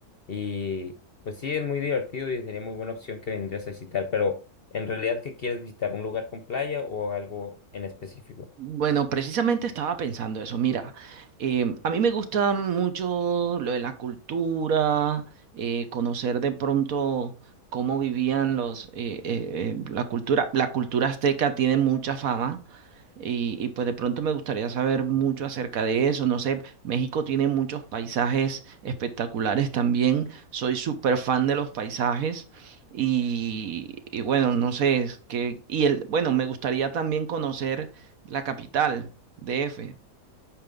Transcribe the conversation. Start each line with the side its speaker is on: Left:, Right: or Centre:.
Left: y pues sí, es muy divertido y sería muy buena opción que vendrías a visitar, pero en realidad, ¿qué quieres visitar? ¿Un lugar con playa o algo en específico?
Right: Bueno, precisamente estaba pensando eso. Mira, em, a mí me gusta mucho lo de la cultura, eh, conocer de pronto cómo vivían los, eh, eh, eh, la cultura. La cultura azteca tiene mucha fama Y, y, pues de pronto me gustaría saber mucho acerca de eso. No sé, México tiene muchos paisajes espectaculares también. Soy súper fan de los paisajes. Y, y bueno, no sé, es que, y el, bueno, me gustaría también conocer la capital, DF.